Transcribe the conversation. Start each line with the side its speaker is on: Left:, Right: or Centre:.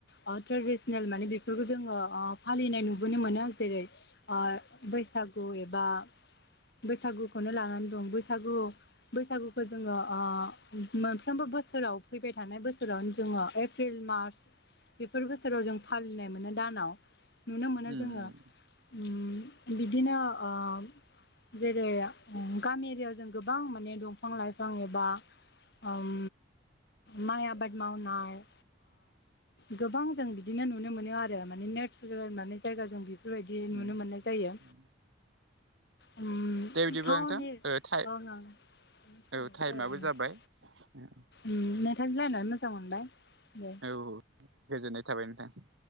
Left: ओ ट्रेडिसनेल माने बेफोरखौ जोङो ओ फालिनाय नुबोनो मोनो जेरै ओ बैसागु एबा बैसागुखौनो लानानै दं बैसागु बैसागुखौ जोङो ओ मो मोनफ्रोमबो बोसोराव फैबाय थानाय बोसोरावनो जोङो एप्रिल मार्च बेफोर बोसोराव जों फालिनाय मोनो दानाव नुनो मोनो
Right: उम
Left: जोङो
Right: उम
Left: उम बिदिनो ओं जेरै उम गामि एरियाव जों गोबां माने दंफां लाइफां एबा आओम माइ आबाद मावनाय गोबां जों बिदिनो नुनो मोनो आरो माने नेचारोल माने जायगा जों बेफोरबायदि नुनो
Right: उम
Left: मोननाय जायो
Right: उम
Left: उम
Right: दे बिदिब्ला
Left: टाउनि
Right: नोंथां
Left: <unintelligible>
Right: ओ टाइ औ टाइमाबो जाबाय औ
Left: उम नोंथांजों रालायनानै मोजां मोनबाय दे
Right: औ औ गोजोननाय थाबाय नोंथां